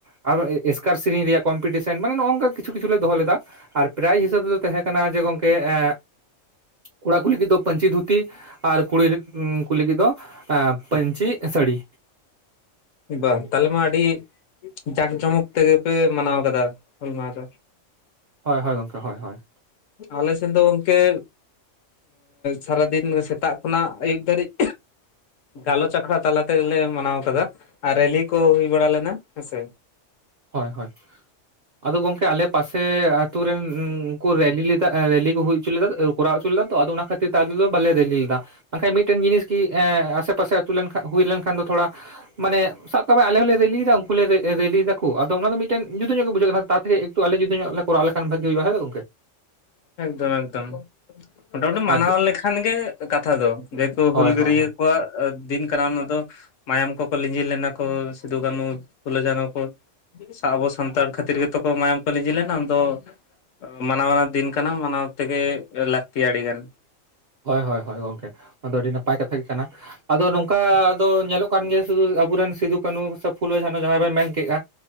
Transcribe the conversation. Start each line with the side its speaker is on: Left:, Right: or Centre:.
Right: ᱟᱨ ᱮᱥᱠᱟᱨ ᱥᱮᱨᱮᱧ ᱨᱮᱭᱟᱜ ᱠᱚᱢᱯᱤᱴᱤᱥᱚᱱ ᱢᱟᱱᱮ ᱱᱚᱜᱚ ᱱᱝᱚᱠᱟ ᱠᱤᱪᱷᱩ ᱠᱤᱷᱩᱞ ᱞᱮ ᱫᱚᱦᱚ ᱞᱮᱫᱟ ᱟᱨ ᱯᱨᱟᱭᱤᱡᱽ ᱦᱤᱥᱟᱹᱵ ᱫᱚ ᱛᱟᱦᱮᱸ ᱠᱟᱱᱟ ᱡᱮ ᱜᱚᱝᱠᱮ ᱮ ᱠᱚᱲᱟ ᱠᱚ ᱞᱟᱹᱜᱤᱫ ᱫᱚ ᱯᱟᱹᱧᱪᱤ ᱫᱷᱩᱛ ᱛᱤ ᱟᱨ ᱠᱩᱲᱤ ᱠᱩ ᱞᱟᱹᱜᱤᱫ ᱫᱚ ᱯᱟᱹᱧᱪᱤ ᱥᱟᱹᱲᱤ
Left: ᱵᱟ ᱛᱟᱦᱚᱞᱮ ᱢᱟ ᱟᱹᱰᱤ ᱡᱟᱠ ᱡᱚᱢᱚᱠ ᱛᱮᱜᱮ ᱯᱮ ᱢᱟᱱᱟᱣ ᱞᱮᱫᱟ ᱦᱩᱞ ᱢᱟᱦᱟ ᱫᱚ?
Right: ᱦᱳᱭ ᱦᱳᱭ ᱜᱚᱝᱠᱮ ᱦᱳᱭ ᱦᱳᱭ
Left: ᱟᱞᱮᱥᱮᱱ ᱫᱚ ᱜᱚᱝᱠᱮ ᱥᱟᱨᱟᱫᱤᱱ ᱥᱮᱛᱟᱜ ᱠᱷᱚᱱᱟᱜ ᱟᱹᱭᱩᱵ ᱫᱷᱟᱹᱨᱤᱡ ᱜᱟᱞᱚᱪ ᱟᱠᱷᱲᱟ ᱛᱟᱞᱟ ᱛᱮᱜᱞᱮ ᱢᱟᱱᱟᱣ ᱟᱠᱟᱫᱟ ᱟᱨ ᱨᱮᱞᱤᱤ ᱠᱚ ᱦᱩᱭ ᱵᱟᱲᱟ ᱞᱮᱱᱟ ᱦᱮᱸᱥᱮ
Right: ᱦᱳᱭ ᱦᱳᱭ ᱟᱫᱚ ᱜᱚᱝᱠᱮ ᱟᱞᱮ ᱯᱟᱥᱮ ᱟᱛᱩ ᱨᱮᱱ ᱩᱱᱠᱩ ᱨᱮᱞᱤ ᱮ ᱨᱮᱞᱤ ᱠᱚ ᱦᱩᱭ ᱩᱪᱚ ᱞᱮᱫᱟ ᱠᱚᱨᱟᱣ ᱚᱪᱚ ᱞᱮᱫᱟ ᱛᱚ ᱟᱫᱚ ᱚᱱᱟ ᱠᱷᱟᱹᱛᱤᱨ ᱟᱞᱮ ᱫᱚ ᱵᱟᱞᱮ ᱨᱮᱞᱤ ᱞᱮᱫᱟ ᱵᱟᱝᱠᱷᱟᱡ ᱢᱤᱫᱴᱮᱱ ᱡᱤᱱᱤᱥ ᱜᱮ ᱮ ᱟᱥᱮ ᱯᱟᱥᱮ ᱟᱛᱩ ᱞᱮᱱᱠᱷᱟᱱ ᱦᱩᱭ ᱞᱮᱱᱠᱷᱟᱱ ᱫᱚ ᱛᱷᱚᱲᱟ ᱢᱟᱱᱮ ᱥᱟᱵ ᱠᱟᱜ ᱢᱮ ᱟᱞᱮ ᱦᱚᱸᱞᱮ ᱨᱮᱞᱤᱭᱮᱫᱟ ᱩᱱᱠᱩ ᱞᱮ ᱨᱮᱞᱤᱭᱮᱫᱟ ᱟᱫᱚ ᱚᱱᱟ ᱫᱚ ᱢᱤᱴᱮᱱ ᱡᱩᱫᱟᱹ ᱧᱚᱜ ᱜᱮ ᱵᱩᱡᱷᱟᱹᱜ ᱠᱟᱱᱟ ᱛᱟᱨ ᱛᱮᱠᱮ ᱮᱠᱴᱩ ᱟᱞᱮ ᱡᱩᱫᱟᱹ ᱧᱚᱜ ᱞᱮ ᱠᱚᱟᱣ ᱞᱮᱠᱷᱟᱱ ᱵᱷᱟᱜᱤ ᱦᱩᱭᱩᱜᱼᱟ ᱦᱮᱥᱮ ᱜᱚᱝᱠᱮ
Left: ᱮᱠᱫᱚᱢ ᱮᱠᱫᱚᱢ ᱢᱚᱴᱟᱢᱩᱴᱤ ᱢᱟᱱᱟᱣ
Right: ᱟᱨ
Left: ᱞᱮᱠᱷᱟᱱ ᱜᱮ ᱠᱟᱛᱷᱟ ᱫᱚ ᱡᱮᱦᱮᱛᱩ
Right: ᱦᱳᱭ
Left: ᱦᱩᱞᱜᱟᱹᱨᱭᱟᱹ
Right: ᱦᱳᱭ ᱦᱳᱭ
Left: ᱠᱚᱣᱟᱜ ᱫᱤᱱ ᱠᱟᱱᱟ ᱚᱱᱟ ᱫᱚ ᱢᱟᱭᱟᱢ ᱠᱚᱠᱚ ᱞᱤᱸᱡᱤ ᱞᱮᱱᱟ ᱠᱚ ᱥᱤᱫᱩ, ᱠᱟᱹᱱᱩ, ᱯᱷᱩᱞᱟᱹ, ᱡᱟᱱᱚ ᱠᱚ ᱥᱟᱣ ᱟᱵᱚ ᱥᱟᱱᱛᱟᱲ ᱠᱷᱟᱹᱛᱤᱨ ᱜᱮᱛᱚ ᱠᱚ ᱢᱟᱭᱟᱢ ᱠᱚ ᱞᱸᱤᱡᱤ ᱞᱮᱱᱟ ᱩᱱ ᱫᱚ ᱢᱟᱱᱟᱣ ᱟᱱᱟᱜ ᱫᱤᱱ ᱠᱟᱱᱟ ᱢᱟᱱᱟᱣ ᱛᱮᱜᱮ ᱞᱟᱹᱠᱛᱤ ᱟ ᱟᱹᱰᱤᱜᱟᱱ
Right: ᱦᱳᱭ ᱦᱳᱭ ᱦᱳᱭ ᱜᱚᱝᱠᱮ ᱱᱚᱣᱟ ᱫᱚ ᱟᱹᱰᱤ ᱱᱟᱯᱟᱭ ᱠᱟᱛᱷᱟ ᱜᱮ ᱠᱟᱱᱟ᱾ ᱟᱫᱚ ᱱᱚᱝᱠᱟ ᱟᱫᱚ ᱧᱮᱞᱚᱜ ᱠᱟᱱ ᱜᱮᱭᱟ ᱥᱩᱫᱩ ᱟᱵᱚᱨᱮᱱ ᱥᱤᱫᱩ ᱠᱟᱱᱩ ᱥᱮ ᱯᱷᱩᱞᱳ ᱡᱷᱟᱱᱚ ᱡᱟᱦᱟᱸᱭ ᱵᱚᱱ ᱢᱮᱱ ᱠᱮᱜᱼᱟ